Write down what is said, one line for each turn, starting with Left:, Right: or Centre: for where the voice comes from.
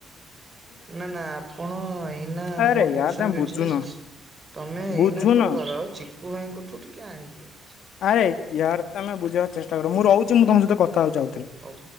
Right: ନା ନା ଆପଣ ଏଇନା
Left: ଆରେ
Right: ମୁଁ ଟିଉସନ୍
Left: ୟାର ତମେ
Right: ବି
Left: ବୁଝୁନ
Right: ଅଛି ନା। ତମେ ଏଇନା
Left: ବୁଝୁନ
Right: କଣ କର ଚିକୁୁ ଭାଇଙ୍କଠୁ ଟିକେ ଆଣି ଦିଅ।
Left: ଆରେ ୟାର ତମେ ବୁଝିବାକୁ ଚେଷ୍ଟା କର ମୁଁ ରହୁଚି ମୁଁ ତମ ସହିତ କଥା ହଉଚି ଆଉ ଥରେ।
Right: ହଉ।